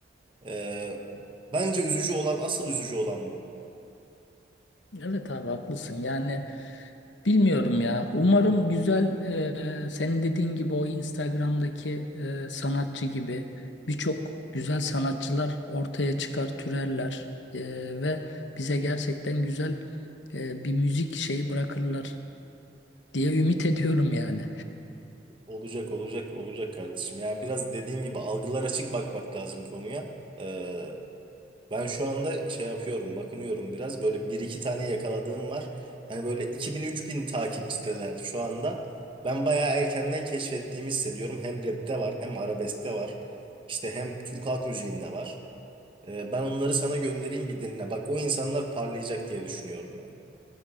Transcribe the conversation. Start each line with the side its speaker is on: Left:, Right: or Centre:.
Right: E, bence üzücü olan, asıl üzücü olan bu.
Left: Evet abi haklısın yani Bilmiyorum ya. Umarım güzel e, senin dediğin gibi o Instagram'daki e, sanatçı gibi birçok güzel sanatçılar ortaya çıkar, türerler e, ve bize gerçekten güzel e, bir müzik şeyi bırakırlar diye ümit ediyorum yani.
Right: Olacak olacak olacak kardeşim. Yani biraz dediğim gibi algılar açık bakmak lazım konuya. Ee, ben şu anda şey yapıyorum, bakınıyorum biraz. Böyle bir iki tane yakaladığım var. Hani böyle iki bin üç bin takipçideler şu anda. Ben bayağı erkenden keşfettiğimi hissediyorum. Hem rapte var, hem arabeskte var. İşte hem Türk halk müziğinde var. Ee, ben onları sana göndereyim bir dinle. Bak o insanlar parlayacak diye düşünüyorum ben.